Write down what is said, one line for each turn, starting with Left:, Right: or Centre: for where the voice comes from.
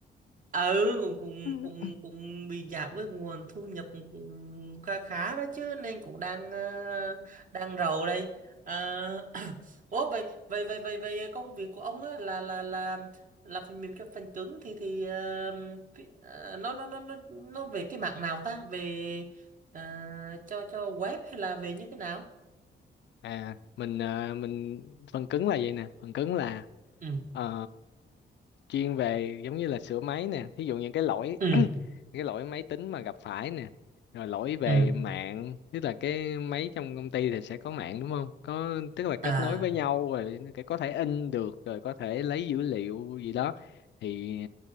Right: ừ cũng cũng
Left: <laughs>
Right: cũng cũng bị giảm cái nguồn thu nhập cũng khá khá đó chứ nên cũng đang ờ, đang rầu đây Ờ, <coughs> ủa vậy vậy vậy vậy vậy công việc của ông á là là là là phần mềm cho phần cứng thì thì ờ, cái- ờ, nó nó nó nó nó về cái mạng nào ta về ờ, cho cho web hay là về như thế nào
Left: à mình ờ, mình phần cứng là vậy nè phần cứng là
Right: ừ
Left: Ờ, chuyên về giống như là sửa máy nè thí dụ những cái lỗi
Right: ừ
Left: <clears throat> những cái lỗi máy tính mà gặp phải nè rồi lỗi về
Right: ừ
Left: mạng tức là cái máy trong công ty thì sẽ có mạng đúng không có tức là kết
Right: à
Left: nối với nhau rồi cái có thể in được rồi có thể lấy dữ liệu gì đó thì